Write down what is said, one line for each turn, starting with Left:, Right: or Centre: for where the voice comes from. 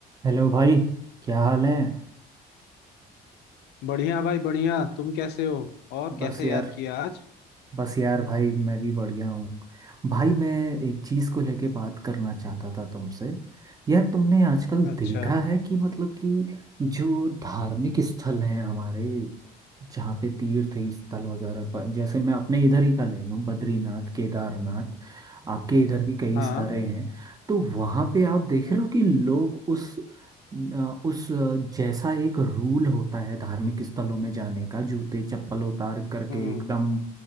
Right: Hello भाई क्या हाल है
Left: बढ़िया भाई बढ़िया तुम कैसे हो और
Right: बस
Left: कैसे
Right: यार
Left: याद किया आज
Right: बस यार भाई मैं भी बढ़िया हूँ भाई मैं एक चीज़ को लेके बात करना चाहता था तुमसे यार तुमने आजकल
Left: अच्छा
Right: देखा है कि मतलब कि जो धार्मिक स्थल हैं हमारे जहाँ पे तीर्थ स्थल वगैरह पर जैसे मैं अपने इधर ही का ले लूँ बद्रीनाथ केदारनाथ आपके इधर भी कई
Left: हाँ
Right: सारे हैं तो वहाँ पे आप देख
Left: हम्म
Right: रहे हो कि लोग उस अ, उस अ, जैसा एक रूल होता है धार्मिक स्थलों में जाने का जूते चप्पल उतार करके
Left: हम्म,
Right: एकदम